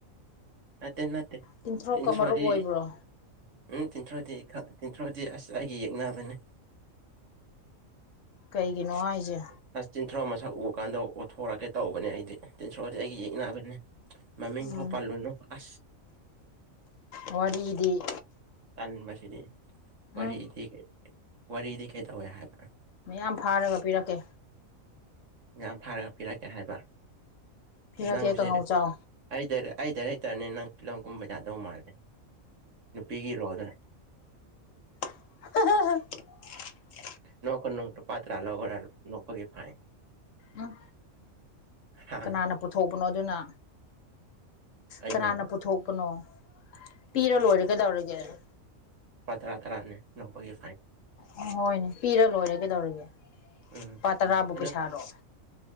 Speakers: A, on the right; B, on the left.
A: ꯅꯠꯇꯦ ꯅꯠꯇꯦ
B: ꯇꯤꯟꯊ꯭ꯔꯨꯛꯀ
A: ꯇꯤꯟꯊ꯭ꯔꯣꯗꯤ
B: ꯃꯔꯨꯞ ꯑꯣꯏꯕ꯭ꯔꯣ
A: ꯎꯝ ꯇꯤꯟꯊ꯭ꯔꯗꯤ ꯇꯤꯟꯊ꯭ꯔꯥꯗꯤ ꯑꯁ ꯑꯩꯒꯤ ꯌꯦꯛꯅꯕꯅꯦ
B: ꯀꯩꯒꯤꯅꯣ ꯍꯥꯏꯁꯦ
A: ꯊ <inaudible> ꯆꯤꯟꯊ꯭ꯔꯣ ꯃꯁꯛ ꯎ ꯀꯥꯟꯗ ꯑꯣꯠꯊꯣꯔꯛꯀꯦ ꯇꯧꯕꯅꯦ ꯑꯩꯗꯤ ꯆꯤꯟꯊ꯭ꯔꯣꯗꯤ ꯑꯩꯒꯤ ꯌꯦꯛꯅꯕꯅꯦ ꯃꯃꯤꯡ
B: ꯎꯝ
A: ꯐꯥꯎ ꯄꯥꯜꯂꯨꯅꯨ ꯑꯁ
B: ꯋꯥꯔꯤꯗꯤ
A: ꯇꯟꯕꯁꯤꯗꯤ ꯋꯥꯔꯤꯗꯤ
B: ꯎꯝ
A: ꯋꯥꯔꯤꯗꯤ ꯀꯩꯗꯧꯋꯦ ꯍꯥꯏꯕ
B: ꯃꯌꯥꯝ ꯐꯥꯔꯒ ꯄꯤꯔꯛꯀꯦ
A: ꯃꯌꯥꯝ ꯐꯥꯔꯒ ꯄꯤꯔꯛꯀꯦ ꯍꯥꯏꯕ
B: ꯄꯤꯔꯛꯀꯦ
A: ꯅꯪꯁꯦ
B: ꯀꯥꯡꯉꯧ ꯆꯥꯎ
A: ꯑꯩꯗ ꯑꯩꯗ ꯂꯩꯇꯥꯔꯅꯤ ꯅꯪ ꯐꯤꯂꯝ ꯀꯨꯝꯕ ꯌꯥꯗꯧ ꯃꯥꯜꯂꯦ ꯅꯨꯄꯤꯒꯤ ꯔꯣꯜꯗ
B: <inaudible>
A: ꯅꯣꯛꯀꯅꯣ ꯄꯥ꯭ꯔꯂ ꯑꯣ ꯅꯣꯛꯀꯒꯤ ꯐꯥꯏ
B: ꯎꯝ
A: ꯍꯥ
B: ꯀꯅꯥꯅ ꯄꯨꯊꯣꯛꯄꯅꯣ ꯑꯗꯨꯅ
A: ꯑꯩꯅ
B: ꯀꯅꯥꯅ ꯄꯨꯊꯣꯛꯄꯅꯣ ꯄꯤꯔꯣ ꯂꯣꯏꯔꯒꯗꯧꯔꯒꯦꯗꯣ
A: ꯂꯄꯥ ꯇꯔꯥ ꯇꯔꯥꯅꯦ ꯉꯒꯤ
B: ꯑꯝ ꯍꯣꯏꯅꯦ ꯄꯤꯔ ꯂꯣꯏꯔꯦ ꯀꯩꯗꯧꯔꯒꯦ ꯂꯨꯄꯥ
A: ꯎꯝ
B: ꯇꯔꯥꯕꯨ
A: ꯑꯗꯣ
B: ꯄꯩꯁꯥꯔꯣ